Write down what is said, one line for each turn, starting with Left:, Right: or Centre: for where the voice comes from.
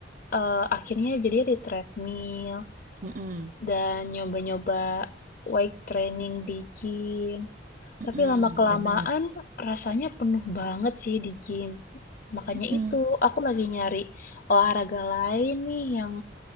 Left: eh, akhirnya jadinya di treadmill
Right: Mm-mm.
Left: dan nyoba-nyoba weight training di gym.
Right: Mm-mm,
Left: Tapi lama-kelamaan
Right: bener.
Left: rasanya penuh banget sih di gym. Makanya
Right: Mm-mm.
Left: itu, aku lagi nyari olahraga lain nih yang